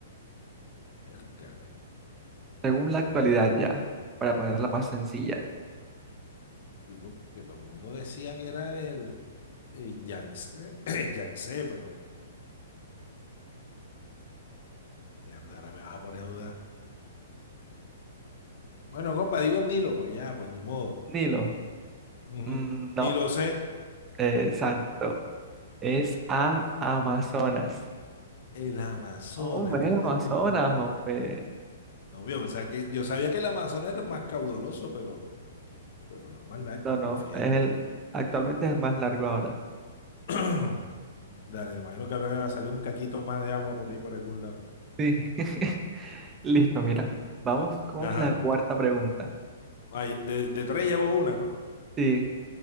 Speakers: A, on the left; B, on the right.
A: miércale,
B: según la actualidad ya, para ponerla más sencilla.
A: sí, porque todo el mundo decía que era el, el Yangtze, <clears throat> el Yangtze, pero mierda, ahora me vas a poner a dudar. Bueno, compa, digo el Nilo, pues ya, pues ni modo.
B: Nilo,
A: Ujú.
B: mm, no,
A: Ni lo sé.
B: exacto, es a Amazonas.
A: El Amazonas,
B: Hombre,
A: ¿viste
B: el Amazonas,
A: tú?
B: hombre.
A: No, yo, pensaba que, yo sabía que el Amazonas era más caudaloso, pero, pero no más largo,
B: No, no,
A: fíjate.
B: es el,
A: tú.
B: actualmente es el más largo ahora.
A: <clears throat> Dale, me imagino que habrá salido un cachito más de agua por ahí, por algún lado.
B: Sí, <laughs> listo,
A: <laughs>
B: mira, vamos con
A: Ajá.
B: la cuarta pregunta.
A: Ay, de, de tres llevo una, ¿no?
B: Sí,